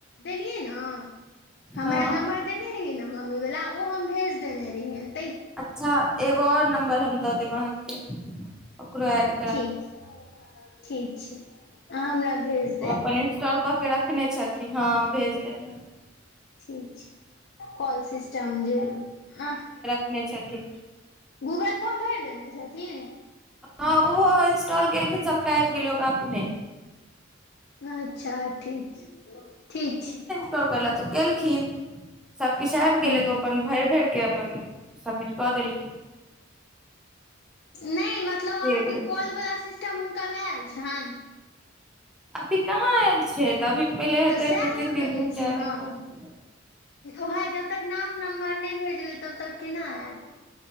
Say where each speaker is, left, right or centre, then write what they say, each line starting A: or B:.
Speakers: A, on the left; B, in the centre.
A: देलिये ना हमरा
B: हँ
A: नम्बर देने रहियै ने मम्मी वाला ओ हम भेज देने रहियैन
B: अच्छा एगो और नम्बर हम द देब अहाँके ओकरो एड
A: ठीक ठीक छै अहाँ हमरा भेज दे
B: ओ अपन इंस्टॉल कऽ के रखने छथिन हँ भेज देब हम
A: ठीक छै कॉल सिस्टम जे हँ
B: नहि छथिन
A: गूगल फोर्म भरि देने छथिन
B: हँ ओहो इंस्टॉल केलखिन सभटा आबि गेलै ओकर अपने
A: अच्छा ठीक छै ठीक छै
B: ोर कर ल तू केलखिन सभकछु आबि गेलै
A: हूँ
B: तऽ अपन भरि भरि के अपन सबमेट क देलखिन
A: नहि मतलब
B: से
A: अहाँके
B: भेलै
A: कॉल वला सिस्टम हुनका नहि आयल छनि
B: अभी कहाँ आयल छै तऽ अभी पहिले हेते
A: तऽ सएह
B: दू तीन
A: ने कहै
B: दिन दिन
A: छी
B: चारि
A: हम
B: दिन तक
A: उएह जबतक नाम नम्बर नहि भेजबै तबतक केना आयत